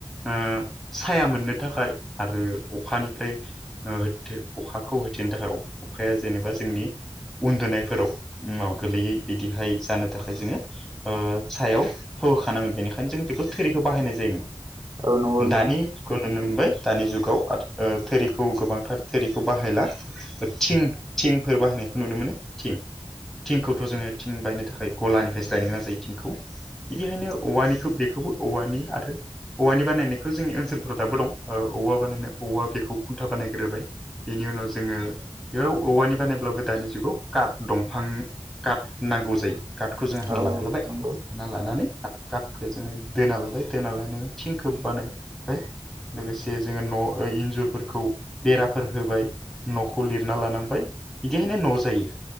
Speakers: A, in the centre; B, on the right (about 40°).
A: ओ साया मोननो थाखाय आरो अखानिफ्राय ओ होथे अखाखौ होथेनो थाखाय अखाया जेनेबा जोंनि उन्दुनाय फोराव माबा गोलैयै बिदिहाय जानो थाखाय जोङो ओ सायाव थ' होखानांगोन बेनिखायनो जों बेखौ थोरिखौ बाहायनाय जायोमोन।
B: औ नंगौ नोंथां
A: दानि खौ नुनो मोनबाय दानि जुगाव ओ थोरिखौ गोबांथार थोरिखौ बाहायला थिं थिंफोर बाहायनायखौ नुनो मोनो। थिं, थिंखौथ' जोङो थिं बायनो थाखाय गलानिफ्रायसो लायनो गोनां जायो थिंखौ। बिदिखायनो औवानिखौ बेखौबो औवानि आरो औवानि बानायनायखौ जोंनि ओनसोलफोराव दाबो दं ओ औवा बानायनाय औवा बेखौ खुन्था बानायग्रोबाय। बेनि उनाव जोङो बेयाव औवानि बानायब्लाबो दानि जुगाव काट दंफां काट नांगौ जायो काटखौ जों हाना
B: औ
A: लाग्रोबाय
B: नंगौ
A: हाना लानानै काथखौ जोङो दोना लाबाय दोना लानाय थिनखौ बानायबाय लोगोसे जोङो न' इन्जुरफोरखौ बेराफोर होबाय न'खौ लिरना लानांबाय बिदिहायनो न' जायो।